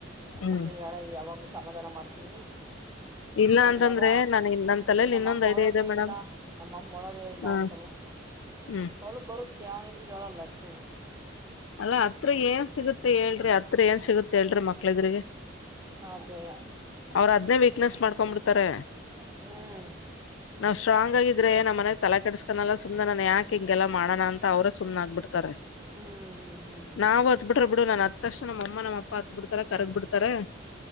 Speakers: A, on the left (about 75°); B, on the right (about 15°).
A: ಹ್ಮ್
B: ಅಂತ ಹೇಳ ಯಾವಾಗ್ಲೂ ಸಮಾಧಾನ ಮಾಡ್ತೀನಿ
A: ಇಲ್ಲ
B: ನನ್
A: ಅಂತಂದ್ರೆ
B: ಮಗ.
A: ನಾನ ನನ್ ತಲೆಲಿ
B: ನಮ್ಮಮ್ಮ
A: ಇನ್ನೊಂದ್ ಐಡಿಯಾ
B: ಅಳೋದೇ
A: ಇದೆ ಮೇಡಮ್
B: ಇಲ್ಲ ನಮ್ಮಮ್ಮ ಅಳೋದೇ ಇಲ್ಲ
A: ಹ
B: ಅಂತಾನೆ.
A: ಹ್ಮ್
B: ಅಳು ಬರುತ್ತೆ ಅವನ ಎದುರುಗಡೆ ಅಳಲ್ಲ ಅಷ್ಟೇನೆ.
A: ಅಲ್ಲಾ ಅತರೇ ಏನ್ ಸಿಗುತ್ತೆ ಹೇಳ್ರಿ ಅತ್ರ ಏನ್ ಸಿಗುತ್ತೆ ಹೇಳ್ರಿ ಮಕ್ಕಳ ಎದುರಿಗೆ.
B: ಅದೇ
A: ಅವರ ಅದನೆ ವೀಕ್ನೆಸ್ ಮಾಡಕೋಂಡ ಬಿಡ್ತಾರೆ.
B: ಹ್ಮ್.
A: ನಾವ್ ಸ್ಟ್ರಾಂಗ್ ಆಗಿದ್ರೆ ನಮ್ಮ ಮನೆಗ್ ತಲೆ ಕೆಡಸ್ಕನಲ್ಲ ಸುಮ್ನೆ ನನ್ ಯಾಕ ಹಿಂಗೆಲ್ಲ ಮಾಡೋಣ ಅಂತ ಅವರ ಸುಮ್ನ ಆಗಿಬಿಡ್ತಾರೆ.
B: ಹ್ಮ್ ಹ್ಮ್ ಹ್ಮ್
A: ನಾವು ಅತ್ ಬಿಟ್ಟ್ರ ಬಿಡು ನನ್ ಅತತಕ್ಷಣ ನಮ್ಮಅಮ್ಮ ನಮ್ಮ ಅಪ್ಪ ಅತ ಬಿಡತ. ಕರಗ್ ಬಿಡ್ತಾರ